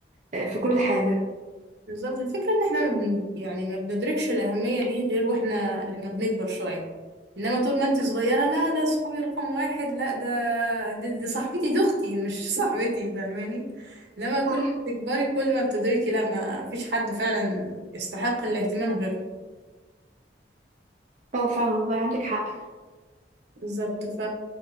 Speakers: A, on the right; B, on the right.
A: آه، في كل حاجه
B: بالظبط. الفكرة إن إحنا من يعني ما بندركش الأهمية دي غير وإحنا لما بنكبر شوية إنما طول ما أنت صغيرة لا ده صحابي رقم واحد لا ده دي, دي صاحبتي دي أختي مش <laughs> صاحبتي فاهماني لما كل
A: صح
B: ما تكبري كل ما بتدركي لا ما فيش حد فعلا يستحق الاهتمام غيره
A: اه فعلا والله عندك حق
B: بالظبط ف